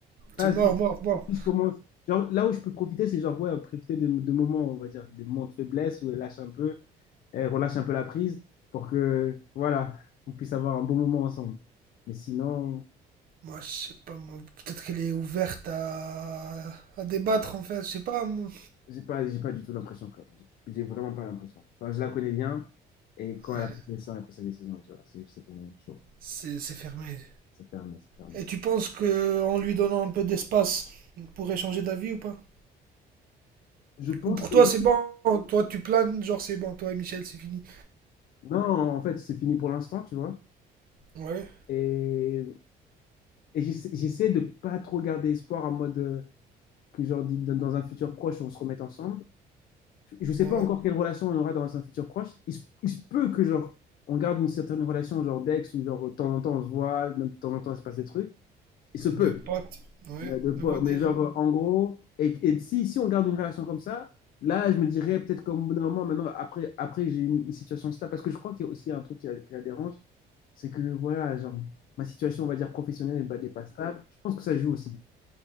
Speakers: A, on the left; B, on the right.
A: ça
B: C'est mort,
A: si, si-
B: mort, mort.
A: si je commence genre là où je peux profiter c'est genre ouais profiter de, de moments on va dire des moments de faiblesse où elle lâche un peu elle relâche un peu la prise pour que voilà on puisse avoir un bon moment ensemble mais sinon
B: Moi, je sais pas, moi, peut-être qu'elle est ouverte à... à débattre, en fait, je sais pas. moi.
A: J'ai pas, j'ai pas du tout l'impression, frère. J'ai j'ai vraiment pas l'impression. Enfin, je la connais bien et quand
B: Ouais.
A: elle a pris ça, elle a pris sa décision, tu vois. C'est c'est pour moi chaud.
B: C'est fermé.
A: C'est fermé, c'est fermé.
B: Et tu penses que en lui donnant un peu d'espace, il pourrait changer d'avis ou pas?
A: Je pense
B: Ou pour
A: que
B: toi,
A: oui.
B: c'est bon. Toi, tu planes, genre, c'est bon. Toi et Michel, c'est fini.
A: Non, en fait, c'est fini pour l'instant, tu vois.
B: Ouais,
A: Et, et j'essa- j'essaie de pas trop garder espoir en mode euh, que, genre, dit- dans dans un futur proche, on se remette ensemble. Je je sais
B: ouais.
A: pas encore quelle relation on aura dans un futur proche. Il se, il se peut que, genre, on garde une certaine relation, genre d'ex, ou genre, de temps en temps, on se voit, même de temps en temps, il se passe des trucs. Il se peut.
B: De potes. Ouais.
A: Ouais, de poids.
B: De voir des
A: Mais genre, euh, en gros, et, et si, si on garde une relation comme ça, là, je me dirais peut-être comme au bout d'un moment, maintenant, après, après que j'ai eu une, une situation stable, parce que je crois qu'il y a aussi un truc qui, la qui la dérange, c'est que, voilà, genre, ma situation, on va dire, professionnelle, elle n'est pas stable. Je pense que ça joue aussi.